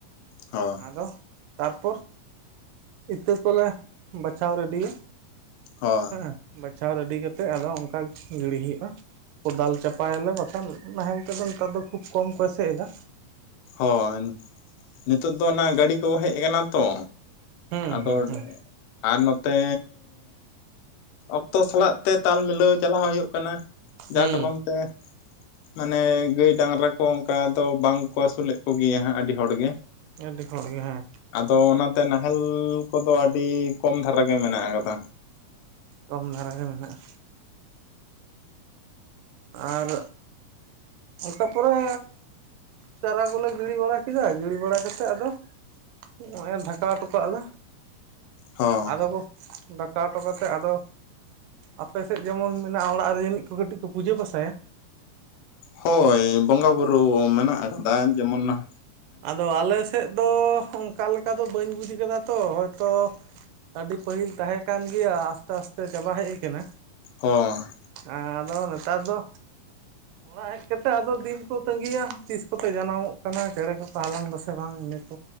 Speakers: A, on the left; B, on the right.
A: ᱦᱚᱸ
B: ᱟᱫᱚ ᱛᱟᱨᱯᱚᱨ ᱤᱛᱟᱹ ᱠᱚᱞᱮ ᱵᱟᱪᱷᱟᱣ ᱨᱮᱰᱤᱭᱟ᱾
A: ᱦᱚᱸᱻ᱾
B: ᱦᱮᱸᱻ ᱵᱟᱪᱷᱟᱣ ᱨᱮᱰᱤ ᱠᱟᱛᱮᱫ ᱟᱫᱚ ᱚᱱᱠᱟ ᱜᱤᱲᱤ ᱦᱩᱭᱩᱜᱼᱟ᱾ ᱠᱚᱫᱟᱞ ᱪᱟᱯᱟᱭ ᱟᱞᱮ ᱵᱟᱠᱷᱟᱱ ᱱᱟᱦᱮᱞ ᱛᱮᱫᱚ ᱱᱮᱛᱟᱨ ᱫᱚ ᱠᱷᱩᱵ ᱠᱚᱢ ᱠᱚ ᱮᱥᱮᱫ ᱮᱫᱟ᱾
A: ᱦᱳᱭ ᱱᱤᱛᱳᱜ ᱫᱚ ᱚᱱᱟ ᱜᱟᱹᱰᱤ ᱠᱚ ᱦᱮᱡ ᱟᱠᱟᱱᱟ ᱛᱚ᱾
B: ᱦᱩᱸ
A: ᱟᱫᱚ
B: ᱦᱩᱸ ᱦᱩᱸ
A: ᱟᱨ ᱱᱚᱛᱮᱻ᱾ ᱚᱠᱛᱚ ᱥᱟᱞᱟᱜ ᱛᱮ ᱛᱟᱞ ᱢᱤᱞᱟᱹᱣ ᱪᱟᱞᱟᱣ ᱦᱩᱭᱩᱜ ᱠᱟᱱᱟ᱾ ᱡᱟ
B: ᱦᱩᱸ
A: ᱠᱟᱨᱚᱱ ᱛᱮ ᱢᱟᱱᱮ ᱜᱟᱹᱭ ᱰᱟᱝᱨᱟ ᱠᱚ ᱚᱱᱠᱟ ᱫᱚ ᱵᱟᱝ ᱠᱚ ᱟᱹᱥᱩᱞᱮᱫ ᱠᱚ ᱜᱮᱭᱟ ᱦᱟᱸᱜ ᱟᱹᱰᱤ ᱦᱚᱲ ᱜᱮ᱾
B: ᱟᱹᱰᱤ ᱦᱚᱲ ᱜᱮ ᱦᱮᱸ᱾
A: ᱟᱫᱚ ᱚᱱᱟᱛᱮ ᱱᱟᱦᱮᱞ ᱠᱚᱫᱚ ᱟᱹᱰᱤ ᱠᱚᱢ ᱫᱷᱟᱨᱟ ᱜᱮ ᱢᱮᱱᱟᱜ ᱟᱠᱟᱫᱟ᱾
B: ᱠᱚᱢ ᱫᱷᱟᱨᱟ ᱜᱮ ᱢᱮᱱᱟᱜᱼᱟ᱾ ᱟᱨ ᱚᱠᱟ ᱯᱚᱨᱮ ᱪᱟᱨᱟ ᱠᱚᱞᱮ ᱜᱤᱲᱤ ᱵᱟᱲᱟ ᱠᱮᱫᱟ ᱜᱤᱲᱤ ᱵᱟᱲᱟ ᱠᱟᱛᱮᱫ ᱟᱫᱚ ᱱᱚᱜᱼᱚᱭ <unintelligible>
A: ᱦᱚᱸ
B: ᱟᱫᱚ ᱠᱚ᱾ ᱫᱟᱠᱟ ᱦᱚᱴᱚ ᱠᱟᱛᱮᱫ ᱟᱫᱚ ᱟᱯᱮ ᱥᱮᱫ ᱡᱮᱢᱚᱱ ᱢᱮᱱᱟᱜᱼᱟ ᱚᱲᱟᱜ ᱨᱮ ᱡᱟᱹᱱᱤᱡ ᱠᱚ ᱠᱟᱹᱴᱤᱡ <unintelligible> ᱯᱩᱡᱟᱹ ᱯᱟᱥᱟᱭᱟ᱾
A: ᱦᱳᱭ ᱵᱚᱸᱜᱟ ᱵᱩᱨᱩ ᱢᱮᱱᱟᱜ ᱟᱠᱟᱫᱟ ᱡᱮᱢᱚᱱᱟᱜ
B: ᱟᱫᱚ ᱟᱞᱮ ᱥᱮᱫ ᱫᱚ ᱚᱱᱠᱟ ᱞᱮᱠᱟ ᱫᱚ ᱵᱟᱹᱧ ᱵᱩᱡᱽ ᱠᱟᱫᱟ ᱛᱚ ᱦᱚᱭ ᱛᱚ ᱟᱹᱰᱤ ᱯᱟᱹᱦᱤᱞ ᱛᱟᱦᱮᱸ ᱠᱟᱱ ᱜᱮᱭᱟ ᱟᱥᱛᱮ ᱟᱥᱛᱮ ᱪᱟᱵᱟ ᱦᱮᱡ ᱠᱟᱱᱟ᱾
A: ᱚᱸᱻ᱾
B: ᱟᱫᱚ ᱱᱮᱛᱟᱨ ᱫᱚ ᱚᱲᱟᱜ ᱦᱮᱡ ᱠᱟᱛᱮᱜ ᱟᱫᱚ ᱫᱤᱱ ᱠᱚ ᱛᱺᱜᱤᱭᱟ ᱛᱤᱥ ᱠᱚᱛᱮ ᱡᱟᱱᱟᱢᱚᱜ ᱠᱟᱱᱟ ᱪᱮᱬᱮ <inaudible> ᱦᱟᱞᱟᱝ ᱫᱟᱥᱮ ᱵᱟᱝ ᱤᱱᱟᱹ ᱠᱚ᱾